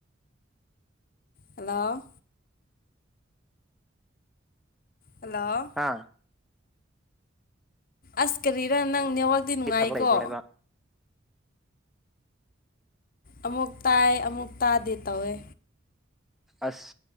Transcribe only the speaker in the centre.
ꯍꯥ
ꯊꯕꯛ ꯂꯩꯕ꯭ꯔꯣ ꯍꯥꯏꯕ
ꯑꯁ